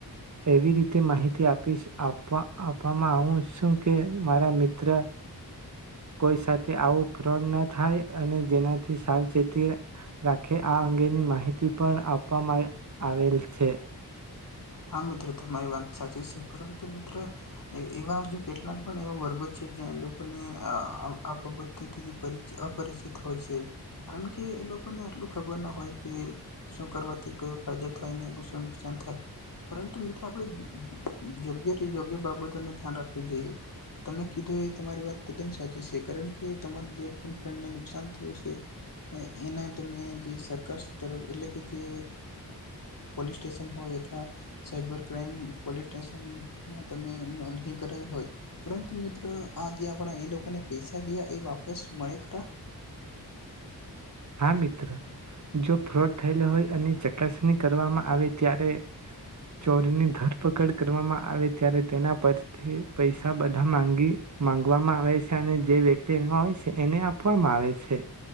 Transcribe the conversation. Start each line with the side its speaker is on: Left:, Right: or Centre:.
Right: એવી રીતે માહિતી આપીશ આપવા આપવામાં આવ છું કે મારા મિત્ર, કોઈ સાથે. તે આવું ફ્રોડ ન થાય અને જેનાથી સાવચેતી રાખે આ અંગેની માહિતી પણ આપવામાં આવેલ છે.
Left: હા મિત્ર તમારી વાત સાચી છે પરંતુ મિત્ર. એવા
Right: હા
Left: જો કેટલા પણ એવા વર્ગો છે જ્યાં એ લોકોને આ બાબત થી થી પરિચી અપરિચિત હોય છે, કારણ કે એ લોકોને આટલું ખબર ના હોય કે શું કરવાથી કયો ફાયદો થાય ને સાન થાય, પરંતુ મિત્રો આપણે યોગ્ય યોગ્ય બાબ તનું ધ્યાન રાખું જોઈએ, તમે કીધું એ તમારી વાત તદ્દન સાચી છે, કારણ કે તમાર જે પણ ફ્રેન્ડ ને નુકસાન થયું છે, એના તમે જે સરકાર તરફ એટલે કે જે પોલીસ સ્ટેશન હોય અથવા, સાયબર ક્રાઈમ પોલીસ સ્ટેશનમાં તમે એ કરાવું હોય, પરંતુ મિત્ર આ જે આપણા એ લોકોને પૈસા ગયા એ વાપસ મળે ખરા?
Right: હા મિત્ર, જો ફ્રોડ થયેલો હોય અને ચકાસણી કરવામાં આવે ત્યારે ચોરીની ધરપકડ કરવામાં આવે ત્યારે તેના પરથી પૈસા બધા માંગી માંગવામાં આવે છે અને જે વ્યક્તિ હોય છે એને આપવામાં આવે છે.